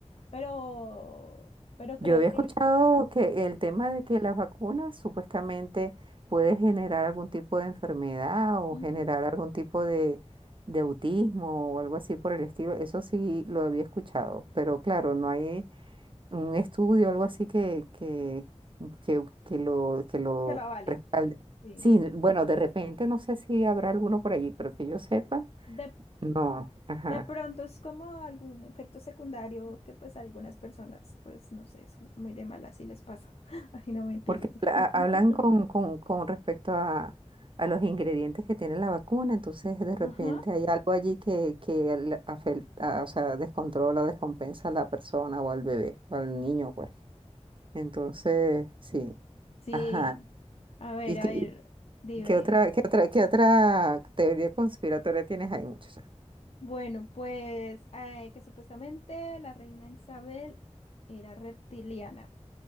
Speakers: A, on the left; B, on the right.
A: pero, pero
B: Yo
A: creo
B: había escuchado
A: que,
B: que el
A: sí.
B: tema de que las vacunas supuestamente puede generar algún tipo de enfermedad o
A: Ujú.
B: generar algún tipo de, de autismo o algo así por el estilo. Eso sí lo había escuchado, pero claro, no hay un estudio o algo así que, que, que, que lo, que lo
A: que la vale.
B: respalde.
A: Sí.
B: Sí, bueno, de repente no sé si habrá alguno por allí, pero que yo sepa,
A: De,
B: no. Ajá.
A: De pronto es como algún efecto secundario que pues a algunas personas, pues no sé, son muy de malas y les pasa. <laughs> Ay, no mentiras.
B: porque ha-
A: <laughs>
B: hablan con, con, con respecto a, a los ingredientes que tiene la vacuna, entonces de repente
A: Ajá.
B: hay algo allí que, que le afecta, o sea, descontrola o descompensa a la persona o al bebé o al niño, pues. Entonces, sí,
A: Sí,
B: ajá.
A: a ver,
B: ¿Y
A: a
B: qué,
A: ver, dime.
B: y qué otra, qué otra, qué otra teoría conspiratoria tienes ahí, muchachos?
A: Bueno, pues eh, que supuestamente la reina Isabel era reptiliana.